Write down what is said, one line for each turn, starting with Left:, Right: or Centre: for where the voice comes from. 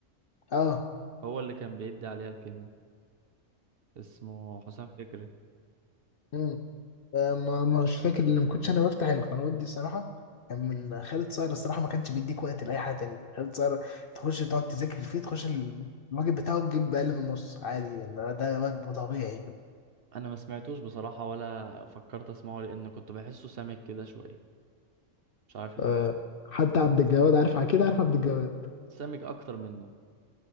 Left: اه
Right: هو اللي كان بيدي عليها الكيمياء اسمه حسام فكري
Left: مم. آه، ما ما مش فاكر ان ما كنتش انا بفتح القنوات دي صراحه كان
Right: مم.
Left: من خالد صاير الصراحه ما كانش بيديك وقت لاي حاجه تانية خالد صاير تخش تقعد تذاكر فيه تخش ال- الواجب بتاعه تجيب باقل من النص عادي يعني ده واجبه طبيعي كده
Right: انا ما سمعتوش بصراحة ولا فكرت اسمعه لان كنت بحسه سامج كده شوية مش عارف ليه
Left: آه، حتى عبد الجواد عارف اكيد عارف عبد الجواد
Right: سامج اكتر منه